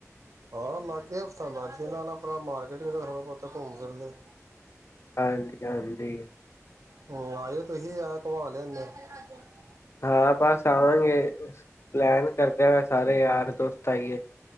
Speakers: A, on the right (about 75°); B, on the left (about 50°).
A: ਹਾਂ ਲਾਗੇ ਹਫ਼ਤਾ ਲੱਗ ਗਿਆ, ਲਾ ਆਪਣਾ ਮਾਰਕੀਟ ਵੀ ਥੋੜਾ ਬਹੁਤਾ ਘੁੰਮ ਫੀਰ ਲੈ।
B: ਹਾਂਜੀ -ਹਾਂਜੀ
A: ਹੂੰ, ਆਜਓ ਤੁਸੀਂ ਆਇ ਘੁਮਾ ਲਿਆਏ ਆ। <unintelligible>
B: ਹਾਂ, ਬਸ ਆਵਾਂਗੇ ਪਲੈਨ ਕਰਦੇ ਹੋਏ, ਸਾਰੇ ਯਾਰ ਦੋਸਤ ਆਈਏ।